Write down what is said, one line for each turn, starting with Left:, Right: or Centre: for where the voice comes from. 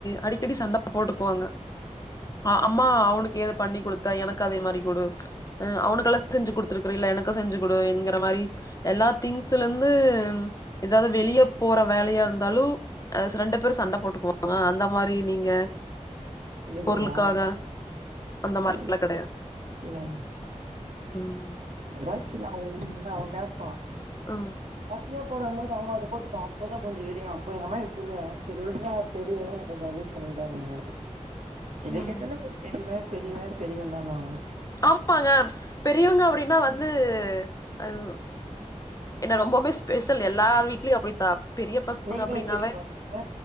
Left: அடிக்கடி சண்ட போட்டுக்குவாங்க அ அம்மா அவனுக்கு ஏத பண்ணி குடுத்தா எனக்கு அதே மாரி குடு அ அவனுக்கல்லா செஞ்சு குடுத்துருக்குற ல எனக்கு செஞ்சு குடு ங்கிற மாரி எல்லா திங்ஸ்லந்து ஏதாவது வெளிய போற வேலையா இருந்தாலு அ சிறன் ற பேரும் சண்ட போட்டுக்குவாங்க அந்த மாரி நீங்க
Right: இல்ல இல்ல
Left: பொருளுக்காக
Right: நாளா
Left: அந்த
Right: அப்புட்லா
Left: மாரிலா
Right: இல்லைங்க
Left: கெடையாது
Right: அப்புல்லா இல்ல
Left: ம்
Right: எதாச்சு <unintelligible> அவ தேவ்
Left: ஆ
Right: சியா போடங்போது அவங்க அத போட்டுப்பா அப்போதா கொஞ்சோ வெறி ஆ அப்போ எங்க அம்மாகிட் சொல்லுவே சரி விட்றா பெரிய கொஞ்ச அது யூஸ் பண்ணிக்கிடானுங்கன்னு இதே
Left: ம்
Right: கேட்டாலு கோ பெரியவே பெரியவே பெரியவே தா <unintelligible>
Left: ஆமாங்க பெரியவங்க அப்புடின்னா வந்து அவ் என்னா ரொம்போமே ஸ்பெஷல் எல்லார் வீட்லயும் அப்புடித்தா பெரிய பசங்க
Right: நீங்களு
Left: அப்புடின்னாவே
Right: பெரியவங்களா உங்க வீட்ல